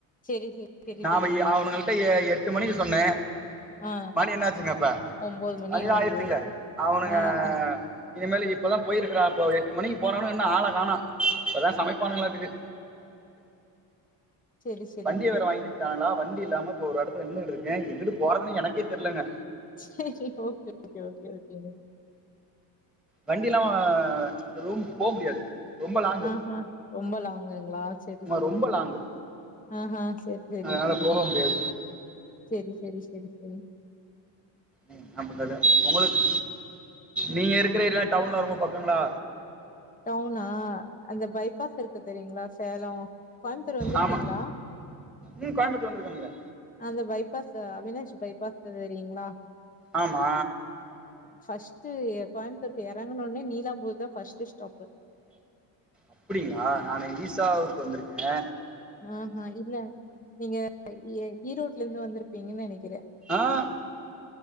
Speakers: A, on the left (about 20°); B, in the centre.
A: சரி சரி சரி
B: நாம
A: சரிங்க
B: அவனுகளுட்ட எட்டு மணிக்கு சொன்னே
A: ஆ
B: மணி என்ன ஆச்சுங்க இப்ப
A: ஒன்பது மணி
B: மணிதா
A: ஆகுது
B: ஆய்ருச்சிங்ளே அவனுக
A: ஆ ஆ
B: இனிமேலு இப்பதா போயிருக்கிறா இப்பவே எட்டு மணிக்கு போனாவனுங்க இன்னு ஆள காணௌ இப்பதா சமைப்பானுங்களாட்டுக்கு
A: சரி சரி
B: வண்டி
A: சரி
B: வேற வாங்கிட்டு
A: சரி
B: போய்ட்டானுங்ளா வண்டி ண்டி இல்லாம இப்ப ஒரு எடத்துல நின்னுட்டு இருக்க எங்கிட்டு போறதுனு எனக்கே தெரியலங்க
A: சேரி சேரி ஓகே ஓகே ஓகே ஓகேங்க
B: வண்டி இல்லாம ரூமுக்கு போ முடியாது ரொம்ப லாங்கு
A: ஆ ஆ ரொம்ப லாங்கு ங்களா சேரி
B: ஆமா
A: சேரி
B: ரொம்ப
A: சேரி
B: லாங்கு
A: ஆ ஆஹா சேரி சேரி
B: அதனால
A: சேரி
B: போக முடியாது
A: சேரி சேரி சேரி சேரி
B: என்னா பண்றது உங்களுக்கு நீங்க இருக்கிற ஏரியா டவுன்ல்ல ரொம்ப பக்கங்ளா
A: டவுனா அந்த பைபாஸ் இருக்கு தெரியுங்ளா சேலோ கோயம்புத்தூர் வந்திருக்கீங்களா
B: ஆமாம் ம் கோயம்புத்தூர் வந்திருக்கணுங்களே
A: அந்த பைபாஸ் அவினாஷி பைபாஸ் தெரியுங்ளா
B: ஆமா
A: ஃபஸ் ட்டு கோயம்த்தூர்க்கு எறங்குனோட்னே நீலாம்பூர் தா ஃபஸ்ட்டு ஸ்டாப்
B: அப்படிங்களா நானு ஈசாவ்க்கு வந்திருக்கே
A: ஆஹ் ஆஹ் இல்ல நீங்க எ ஈரோ ட்லருந்து வந்திருப்பீங்கன் நெனைக்
B: ஆஹ்